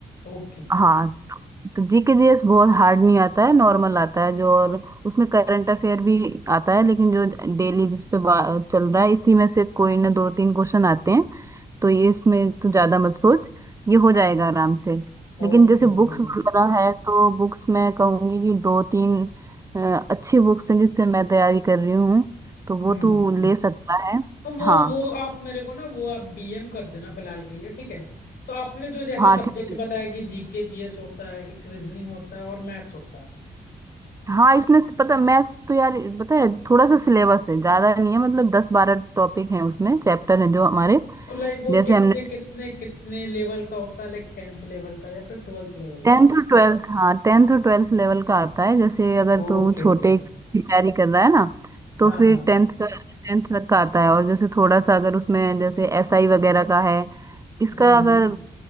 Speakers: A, on the left (about 75°); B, on the right (about 20°).
A: Okay
B: हाँ तो जीके जीएस बहुत हार्ड नहीं आता है नॉर्मल आता है जो और उसमें करंट अफेयर भी आता है लेकिन जो डेली जिस पे बा- चल रहा है इसी में से कोई ना दो तीन क्वेश्चन आते हैं तो ये इसमें तो ज्यादा मत सोच ये हो जाएगा आराम से लेकिन
A: okay
B: जैसे
A: okay
B: बुक्स
A: okay
B: वगैरह है तो बुक्स मैं कहूंगी कि दो तीन अ, अच्छी बुक्स हैं जिससे मैं तैयारी कर रही हूँ तो वो
A: हम्म
B: तू
A: हम्म हम्म।
B: ले सकता है
A: तो वो
B: हाँ
A: वो आप मेरे को ना वो आप डीएम कर देना फिलहाल के लिए ठीक है तो आपने जो जैसे
B: हाँ
A: सब्जेक्ट
B: ठीक है
A: बताया कि जीके जीएस होता है एक रीजनिंग होता है और मैथ्स होता है
B: हाँ इसमें से- पता मैथ्स तो यार पता है थोड़ा सा सिलेबस है ज्यादा नहीं है मतलब दस बारह टॉपिक हैं उसमें चैप्टर हैं जो हमारे
A: तो लाइक वो
B: जैसे
A: कितने
B: हमने
A: कितने कितने लेवल का होता है लाइक टेंथ लेवल का या फिर ट्वेल्थ लेवल
B: टेंथ
A: का
B: और ट्वेल्थ हाँ टेंथ और ट्वेल्थ लेवल का आता है जैसे अगर
A: Okay
B: तू छोटे
A: okay
B: की तैयारी कर रहा है ना तो
A: हाँ
B: फिर
A: हाँ
B: टेंथ का टेंथ तक का आता है और जैसे थोड़ा सा अगर उसमें जैसे एसआई वगैरह का है इसका
A: हम्म
B: अगर
A: हम्म